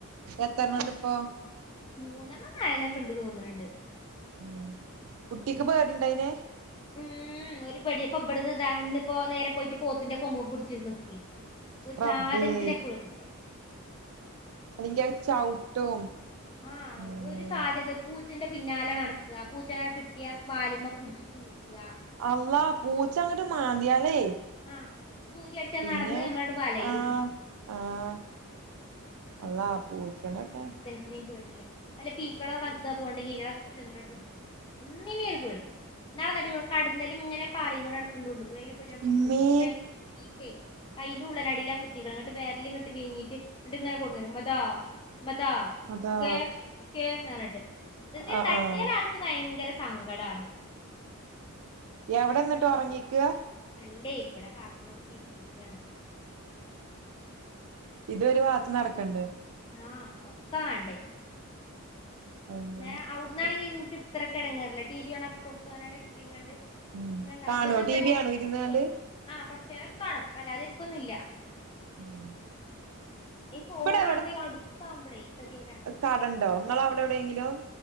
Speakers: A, on the right (about 70°); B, on the left (about 20°).
A: എത്രണ്ണം ഉണ്ട് ഇപ്പോ
B: മൂന്നെണ്ണം നാലെണും ഒക്കെയുണ്ട് എന്ന് തോന്നുന്നുണ്ട്
A: ഉം കുട്ടിക്ക് പേടി ഉണ്ടായിനെ
B: ഉം ഒരു പേടിപ്പോ ഇവിടന്ന് താ ഇന്ന് ഇപ്പോ നേരെ പോയിട്ട് പോത്തിന്റെ കൊമ്പുമേ പിടിച്ചിര്ന്ന് ഒരു
A: റബ്ബേ
B: സാധനത്തിനെ പേടിയില്ല
A: അല്ലെങ്കിൽ അയ് ചവിട്ടും
B: ആഹ്
A: ഉം
B: ഒരു സാധ്യത പൂച്ചന്റെ പിന്നാലെ നടക്കുക പൂച്ചനേ കിട്ടിയ വാലിമേ പിടിച്ചു തൂക
A: അള്ളാ പൂച്ചങ്ങോട്ട് മാന്തിയാലേ
B: ആഹ് സൂചി അടിച്ചാ
A: പിന്നെ
B: നടന്ന് നമ്മളാണ്ട് വലയും
A: ആഹ് ആഹ് അള്ളാ പൂച്ചനൊക്കെ
B: ഒന്നിനിം പേടില്ല വല്ല പീക്കളൊ കൽ ഇതോ പോക്ണ്ടെങ്കി അയിറ്റകളെ ചെന്ന്ട്ടാണ് പുട്ച്ചും ഒന്നിനെയും ഒരു പേടി ഇന്നാള് ഇങ്ങനെ കടന്നൽ ഇങ്ങനെ പാറികൊണ്ട് നട ഉള്ളുക്കൂടെ അയിനെ പോയി ഞാൻ പുടിച്ച്ക്ക്ണ്
A: ഇമ്മേ
B: <inaudible> ക്ക് കൈയിൻ്റെ ഉള്ളനടിയിലാ കുത്തിക്കാ അങ്ങട്ട് വിരൽ ഇങ്ങോട്ട് വീങ്ങീട്ട് ഇങ്ങട്ട് ഇങ്ങനെ കൊണ്ടുവരുമ്പോ ഉമ്മതാ ഉമ്മതാ
A: അതാ
B: ദേ കെ പറഞ്ഞിട്ട് എന്തോയ്
A: ആഹ്
B: തട്ടിയൽ
A: ആഹ്
B: ആൾക്ക് ഭയങ്കരം സങ്കടാണ്.
A: എവിടെ ഇന്നിട്ടോ ഉറങ്ങീക്കാ
B: അല്ലേ ഇവിടെ കാർട്ടൂൺ കൊടുത്തിതിരുത്തിരിക്കാണ്.
A: ഇതൊരു ഭാഗത്ത് നടക്കണ്ടെ
B: ആ ഒക്ക വേണ്ടേ
A: അങ്ങനെ
B: ന്നാ <unintelligible> ഇന്നാണെങ്കിൽ എനിക്ക് ഇത്രയ്ക്ക് എടങ്ങാറില്ല ടിവി ഓണക്കി കൊടുത്തുനാണ്ട് ഇരുത്തിങ്ങാണ്ട് <unintelligible>
A: ഉം കാണോ
B: അവരിവിടെ ഇത് ഇവിടെ
A: ടി വി ആണോ ഇരുന്നാണ്ട്
B: കുട്ടിയ ആ കുറച്ചു നേരം കാണും വല്ലാതിരിക്കൊന്നുമില്ല
A: <inaudible>
B: ഈ ഫോൺ
A: ഇവിടെ
B: ആവുമ്പോ ഈ അടുത്ത് ആവുമ്പോളേ കേതിടാണ്
A: കടയുണ്ടോ ഇങ്ങളെ അവിടെ എവിടെയെങ്കിലും